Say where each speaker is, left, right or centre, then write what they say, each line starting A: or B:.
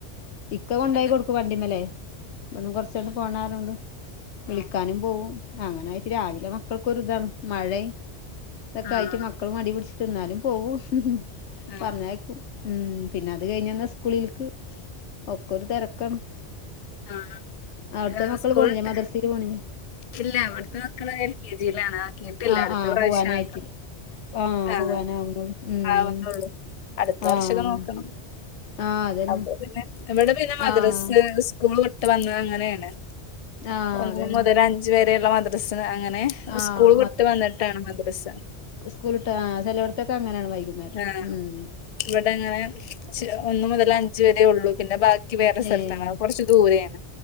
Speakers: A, on the left; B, on the left.
A: ഇക്ക കൊണ്ടായി
B: ആഹ്
A: കൊടുക്കും. വണ്ടിമലേ ഇവിടന്ന് കൊറച്ചാട് പോണായതൊണ്ട വിളിക്കാനും
B: ആഹ്
A: പോവും. അങ്ങനെ ആയിട്ട് രാവിലെ മക്കൾക്കൊരുതാണ്. മഴയും ഇതൊക്കെ
B: ആഹ്
A: ആയിട്ട് മ ഇപ്പ മടി പിടിച്ചിട്ട് ന്നാലും പോകും
B: ആഹ്
A: പറഞ്ഞയക്കും. ഉം പിന്നെ അത് കഴിഞ്ഞന്ന സ്കൂളിലക്ക് ഒക്കെ ഒരു തെരക്കാണ്.
B: ആഹ്
A: അവിടുത്തെ
B: ഏഹ്
A: മക്കള്
B: സ്കൂൾ
A: പോണില്ലേ?
B: ട്ട്
A: മദ്രസ ല് പോണില്ലേ?
B: ഇല്ല വട്ത്തെ മക്കള് എൽ കെ ജി ലാണ് ക്കിട്ടില്ല,
A: ആഹ്
B: അടുത്ത
A: ആഹ്
B: പ്രാവശ്യ
A: പോവാനായിട്ടില്ല
B: ആക്ക.
A: ആഹ്
B: ഹാ
A: പോവാനാവുന്നുള്ളൂ ഉം
B: ആവ്ണുള്ളു. അടുത്ത വർഷം
A: ആഹ്
B: ഒക്കെ നോക്കണം.
A: ആഹ് അതന്നെ
B: അപ്പ പിന്നെ, ഇവിടെ പിന്നെ മദ്രസ്.
A: ആഹ്
B: സ്കൂൾ വിട്ട് വന്നാ അങ്ങനെയാണ്
A: ആഹ്
B: ഒന്ന്
A: അതന്നെ
B: മുതൽ അഞ്ചു വരെയുള്ള മദ്രസ്ന് അങ്ങനെ.
A: ആഹ്
B: സ്കൂള് വിട്ട് വന്നിട്ടാണ് മദ്രസ
A: സ്കൂള് വിട്ട്, ആഹ് ചെലോട്ലത്തൊക്കെ അങ്ങനെയാണ്. വൈകുന്നേരം.
B: ആഹ്
A: ഉം..
B: ഇവിടെ അങ്ങനെ ഒന്നു മുതൽ അഞ്ച വരെ ഉള്ളൂ. പിന്നെ ബാക്കി ക്കി വേറെ സ്ഥലത്താണ്.
A: ഏഹ്
B: അത് കൊറച്ച് ദൂരെയാണ്.